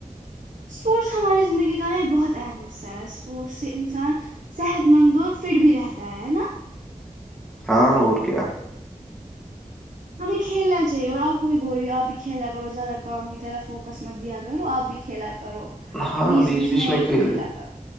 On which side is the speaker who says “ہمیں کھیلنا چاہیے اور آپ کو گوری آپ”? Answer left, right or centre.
Right